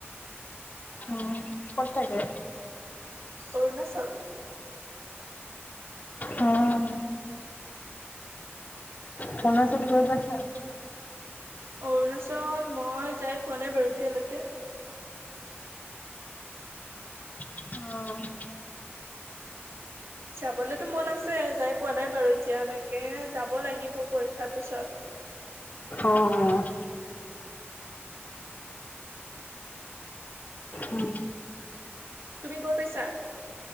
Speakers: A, on the left (about 35°); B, on the right (about 70°).
A: অ'। ক'ত থাকে?
B: অৰুণাচল।
A: উম। অৰুণাচল গৈ পাইছা?
B: অৰুণাচল মই যাই পোৱা নাই বাৰু এতিয়ালৈকে।
A: উম অ
B: <unintelligible> যাবলৈকেতো মন আছে, যাই পোৱা নাই বাৰু এতিয়ালৈকে, যাব লাগিব পৰীক্ষাৰ পিছত।
A: অ', অ'। উম।
B: তুমি গৈ পাইছা?